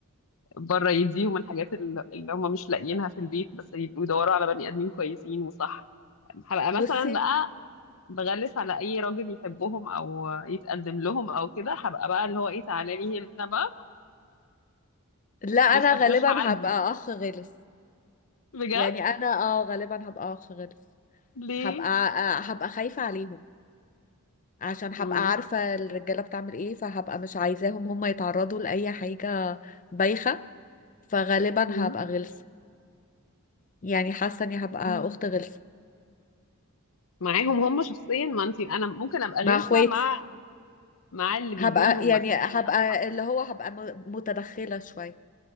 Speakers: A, on the left; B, on the left.
A: بره يديهم الحاجات اللي اللي هم مش لاقيينها في البيت بس يبقوا يدوروا على بني ادمين كويسين وصح هبقى
B: بصي
A: مثلا بقى بغلس على اي راجل يحبهم او يتقدم لهم او كده هبقى بقى اللي هو ايه تعالى لي هنا بقى
B: لا انا
A: مش ه...
B: غالبا
A: مش هعدي
B: هبقى اخ غلس
A: بجد
B: يعني انا اه غالبا هبقى اخ غلس
A: ليه
B: هبقى آه، هبقى خايفة عليهم عشان هبقى
A: مم.
B: عارفة الرجالة بتعمل ايه فهبقى مش عايزاهم هم يتعرضوا لأي حاجة بايخة فغالبا
A: مم.
B: هبقى غلسة يعني حاسة اني هبقى
A: مم.
B: اخت غلسة
A: معاهم هم شخصيا ما انت انا ممكن ابقى
B: مع
A: غلسه
B: اخواتي
A: مع مع اللي بيجي
B: هبقى
A: لهم
B: يعني
A: مثلا
B: هبقى
A: يعني اصحى
B: اللي هو هبقى م- متدخلة شوية